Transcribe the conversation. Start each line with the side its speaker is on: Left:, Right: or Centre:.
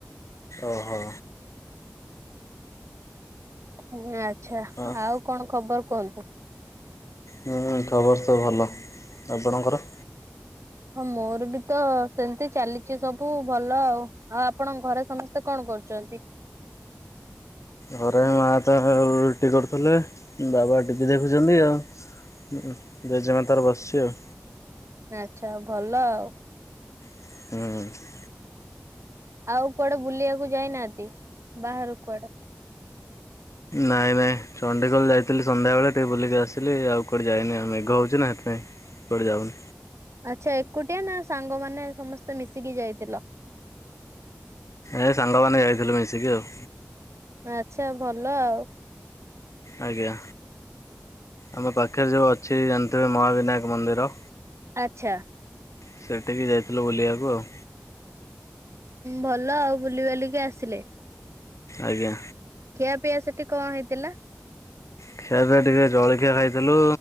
Left: ଓହୋ।
Right: ହଁ ଆଛା
Left: ଅ
Right: ଆଉ କଣ ଖବର କୁହନ୍ତୁ?
Left: ହୁଁ ଖବର ତ ଭଲ ଆପଣଙ୍କର?
Right: ହଁ ମୋର ବି ତ ସେମିତି ଚାଲିଛି ସବୁ ଭଲ ଆଉ। ଆଉ ଆପଣଙ୍କ ଘରେ ସମସ୍ତେ କଣ କରୁଚନ୍ତି?
Left: ଘରେ ମା ତ ରୁଟି କରୁଥିଲେ ବାବା ଟିଭି ଦେଖୁଛନ୍ତି ଆଉ। ହୁଁ ଜେଜେମା ତାର ବସିଚି ଆଉ।
Right: ଆଚ୍ଛା ଭଲ ଆଉ।
Left: ହୁଁ।
Right: ଆଉ କୁଆଡେ ବୁଲିବାକୁ ଯାଇନାହାନ୍ତି ବାହାରୁ କୁଆଡେ?
Left: ନାଇଁ ନାଇଁ ଚଣ୍ଡିଖୋଲ ଯାଇଥିଲି ସନ୍ଧ୍ୟାବେଳେ ଟିକେ ବୁଲିକି ଆସିଲି ଆଉ କୁଆଡେ ଯାଇନି ଆଉ ମେଘ ହୋଉଛି ନା ସେଥିପାଇଁ। କୁଆଡେ ଯାଉନୁ।
Right: ଆଛା ଏକୁଟିଆ ନା ସାଙ୍ଗମାନେ ସମସ୍ତେ ମିଶିକି ଯାଇଥିଲ?
Left: ଏ ସାଙ୍ଗମାନେ ଯାଇଥିଲୁ ମିଶିକି ଆଉ।
Right: ଆଚ୍ଛା ଭଲ ଆଉ।
Left: ଆଜ୍ଞା। ଆମ ପାଖରେ ଯୋଉ ଅଛି ଜାଣିଥିବେ ମହାବିନାୟକ ମନ୍ଦିର।
Right: ଆଚ୍ଛା।
Left: ସେଇଠିକି ଯାଇଥିଲୁ ବୁଲିବାକୁ ଆଉ।
Right: ଭଲ ଆଉ ବୁଲି ବାଲିକି ଆସିଲେ।
Left: ଆଜ୍ଞା।
Right: ଖିଆ ପିଆ ସେଠି କଣ ହେଇଥିଲା।
Left: ଖିଆ ପିଆ ଟିକେ ଜଳଖିଆ ଖାଇଥିଲୁ